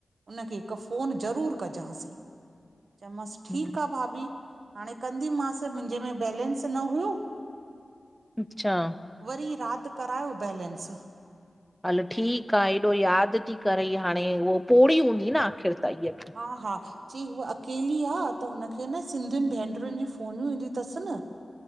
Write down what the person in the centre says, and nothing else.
हम्म।
अच्छा
हल ठीक आ एॾो याद ती करे हांणे उह पोड़ी हूंदी न आख़िर त ईअ बि